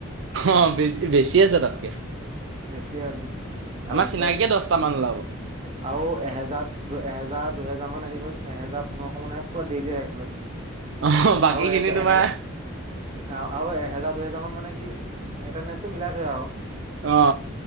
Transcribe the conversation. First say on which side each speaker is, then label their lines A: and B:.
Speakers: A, on the right (about 60°); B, on the right (about 30°).
A: অ', বেছ বেছি আছে তাতকে।
B: বেছি আছে তাৰপিছত
A: আমাৰ চিনাকিয়ে দহটামান ওলাব
B: আৰু এহেজাৰ দু এহেজাৰ দুহেজাৰ মান আহিব এহেজাৰ পোন্ধৰশ মান আহে পুৰা ডেইলি আহে কলেজ।
A: আহ বাকী
B: আৰু এহেজাৰ
A: খিনি তোমাৰ
B: এহে আৰু এহেজাৰ দুহেজাৰ মান মানে কি এটেডেঞ্চটো মিলাই থৈ আৰু।
A: অ '।